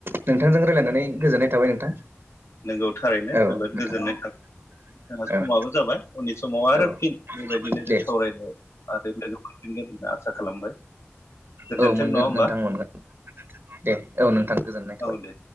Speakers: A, on the right; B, on the left.
A: नोंथांजों रायज्लायनानै गोजोननाय थाबाय नोंथां।
B: नोंगौ थारैनो
A: औ
B: जोबोद
A: नोंथां
B: गोजोननाय थाब जोंहा समाबो
A: औ
B: जाबाय उननि समाव आरो
A: औ
B: फिन बेबायदिनो
A: दे
B: जों सावरायनो आरो थागोन होनना आसा खालामबाय। गोजोन्थों
A: औ मोनगोन
B: नङा होमबा
A: नोंथां मोनगोन दे औ नोंथां। गोजोननाय थाबाय
B: औ दे।